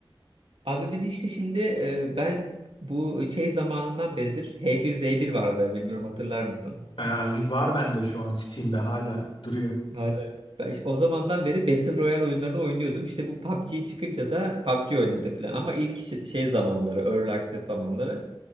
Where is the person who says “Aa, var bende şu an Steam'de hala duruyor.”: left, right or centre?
Left